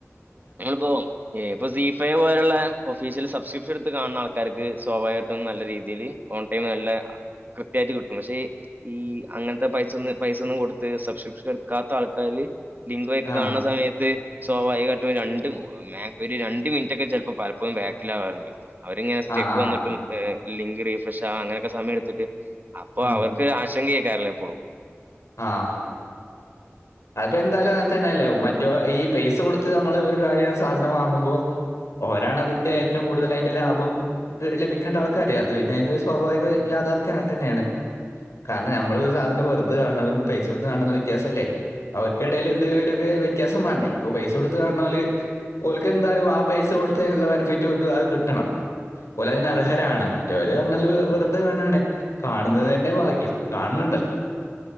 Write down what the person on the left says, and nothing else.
ആ
ആ ആ
ഉം
ആഹ് അതെന്താലും അങ്ങൻ തന്നെല്ലേ മറ്റോ ഈ പൈസ കൊടുത്ത് നമ്മള് ഒരു കാര്യായ സാധനം വാങ്ങുമ്പൊ ഓരാണതിന്റേറ്റവും കൂടുതൽ അയിന്റെ ലാഭം ത് ലഭിക്കേണ്ട ആൾക്കാരേ അത് പിന്നയിന്റെ സ്വാഭാവിക യാഥാർത്ഥ്യം അങ്ങൻ തന്നെയാണ് കാരണം ഞമ്മളൊരു സാധനം വെറുത കാണ്ന്നതും പൈസ കൊടുത്ത് കാണ്ന്നതു വ്യത്യാസല്ലേ? അവക്കെടേലെന്തേലു ഒരൊ കെ വ്യത്യാസം വേണ്ടേ പ്പൊ പൈസ കൊടുത്ത് കാണാന്നൂർ ഓല്ക്കെന്താലും ആ പൈസ കൊടുത്തെനുള്ള ബെനിഫിറ്റ് ഓൽക്ക് അഅ് ക്‌ട്ടണം ഓലയ്നർഹരാണ് മറ്റവര് അർഞ്ഞാല് വെറ്ത കാണാണ് കാണ്ന്നത്‌ തന്നെ വാഗ്യം കാൺന്ന്ണ്ടല്ലൊ